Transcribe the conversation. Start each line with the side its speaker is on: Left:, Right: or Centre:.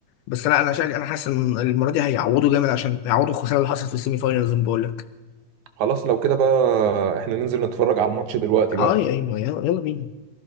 Left: بس أنا أنا شايف أنا حاسس إن المرة دي هيعوضوا جامد عشان يعوضوا الخسارة اللي حصلت في السيمي فاينلز بقول لك
Right: خلاص لو كده بقى احنا ننزل نتفرج على الماتش دلوقتي بقى
Left: أه يا- أيوه يلا يلا بينا